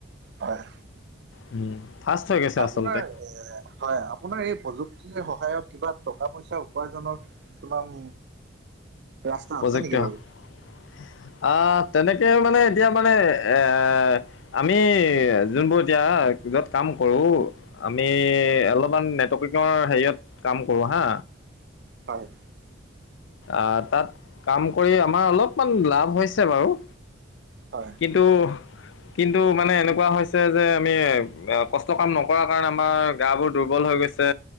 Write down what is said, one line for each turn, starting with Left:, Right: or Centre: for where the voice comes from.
Right: হয়।
Left: উম। ফাষ্ট হৈ গৈছে
Right: আপোনাৰ
Left: আচলতে
Right: এ হয় আপোনাৰ এই প্ৰযুক্তিৰ সহায়ত কিবা টকা -পইচা উপাৰ্জনত কিছুমান ৰাস্তা
Left: প্ৰজেক
Right: আছে নেকি
Left: আহ
Right: বাৰু?
Left: তেনেকে মানে এতিয়া মানে এ, আমি যোনবোৰ এতিয়া য'ত কাম কৰো, আমি অলপমান নেটৱৰ্কিঙৰ হেৰিয়ত কাম কৰো হা
Right: হয়।
Left: আহ তাত কাম কৰি আমাৰ অলপমান লাভ হৈছে বাৰু।
Right: হয়
Left: কিন্তু কিন্তু মানে এনেকুৱা হৈছে যে আমি কষ্ট কাম নকৰাৰ কাৰণে আমাৰ গাবোৰ দুৰ বল হৈ গৈছে,